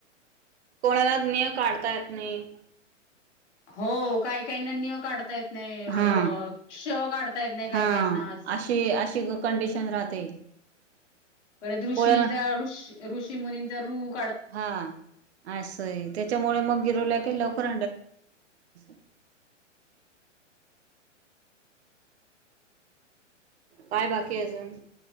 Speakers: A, on the right; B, on the left.
A: कोणाला ज्ञ काढता येत नाही.
B: हो. काय काय ना, ज्ञ काढता येत नाही
A: हा
B: क्ष काढता येत नाही. काय
A: हा
B: काय ना?
A: अशी अशी कंडिशन राहते.
B: परत ऋषींचा
A: कोणाला
B: ऋषी ऋषी मुनींचा रूप
A: हा आसये त्याच्यामुळे मग गिरवलं का लवकर <unintelligible> काय बाकी अजून?